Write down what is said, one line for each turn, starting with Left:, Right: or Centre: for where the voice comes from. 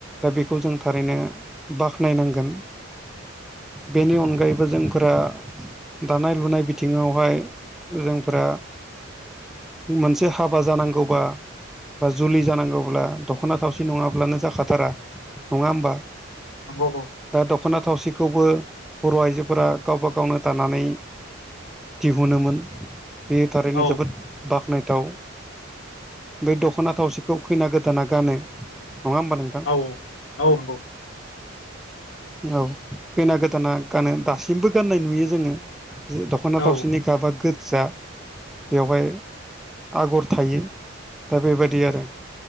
Centre: दा बेखौ जों थारैनो बाख्नायनांगोन। बेनि अनगायैबो जोंफोरा दानाय लुनाय बिथिङावहाय जोंफोरा मोनसे हाबा जानांगौ बा जुलि जानांगौब्ला दख'ना थावसि नङाब्लानो जाखाथारा नङा होमबा
Left: नंगौ
Centre: दा दख'ना थावसिखौबो बर' आइजोफोरा गावबा गावनो थानानै दिहुनोमोन बे थारैनो
Left: औ
Centre: जोबोद बाख्नायथाव बे दख'ना थावसिखौ खैना गोदाना गानो नङा होमबा नोंथां
Left: औ औ नंगौ
Centre: औ खैना गोदाना गानो दासिमबो गाननाय नुयो जोङो दख'ना
Left: औ
Centre: थावसिनि गाबा गोजजा बेवहाय आगर थायो दा बेबायदि आरो